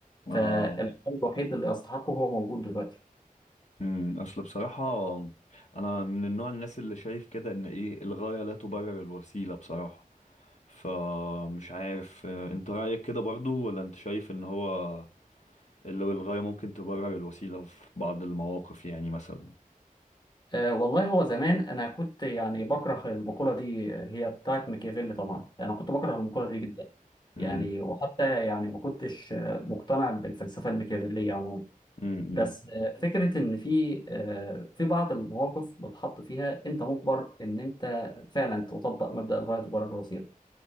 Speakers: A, on the left; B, on the left.
A: آه.
B: فالعقاب الوحيد اللي يستحقه هو موجود دلوقتي
A: مم. اصل بصراحة انا من النوع الناس اللي شايف كده ان ايه الغاية لا تبرر الوسيلة بصراحة فمش عارف آه، انت رأيك كده برضو ولا انت شايف ان هو لو الغاية ممكن تبرر الوسيلة في بعض المواقف يعني مثلا
B: أه والله هو زمان أنا كنت يعني بكره المقولة دي هي بتاعت ميكافيلي طبعا أنا كنت بكره المقولة دي جدا
A: امم
B: يعني وحتى يعني ما كنتش آه، مقتنع بالفلسفة الميكافيلية
A: امم
B: بس آه، فكرة إن في آه، في بعض المواقف بتحط فيها أنت مجبر إن أنت فعلا تطبق مبدأ الغاية تبرر الوسيلة.